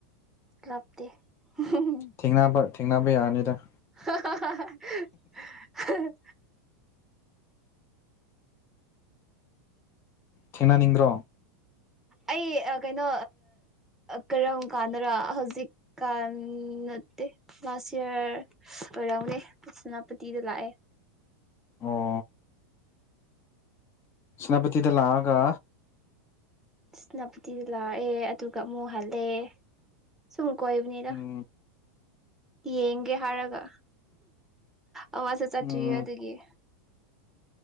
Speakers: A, in the centre; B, on the left (about 30°).
A: ꯂꯥꯞꯇꯦ ꯍꯨꯡ ꯍꯨꯡ ꯍꯨꯡ
B: ꯊꯦꯡꯅꯕ ꯊꯦꯡꯅꯕ ꯌꯥꯔꯅꯤꯗ
A: ꯍꯥ ꯍꯥ ꯍꯥ ꯍꯥ ꯍꯥ ꯍꯍ ꯍꯍ
B: ꯊꯦꯡꯅꯅꯤꯡꯕ꯭ꯔꯣ
A: ꯑꯩ ꯀꯩꯅꯣ ꯀꯔꯝ ꯀꯥꯟꯅꯔ ꯍꯧꯖꯤꯛꯀꯥꯟꯦ ꯂꯥꯁ ꯌꯔ ꯑꯣꯏꯔꯎꯅꯦ ꯁꯦꯅꯥꯄꯇꯤꯗ ꯂꯥꯛꯑꯦ
B: ꯑꯣ ꯁꯨꯅꯥꯄꯇꯤꯗ ꯂꯥꯛꯑꯒꯥ
A: ꯁꯦꯅꯄꯇꯤꯗ ꯂꯥꯛꯑꯦ ꯑꯗꯨꯒ ꯑꯃꯨꯛꯍꯜꯂꯦ ꯁꯨꯝ ꯀꯣꯏꯕꯅꯤꯗ
B: ꯎꯝ
A: ꯌꯦꯡꯒꯦ ꯍꯥꯏꯔꯒ ꯑꯋꯥꯁꯨ ꯆꯠꯇ꯭ꯔꯤꯌꯦ
B: ꯎꯝ
A: ꯑꯗꯨꯒꯤ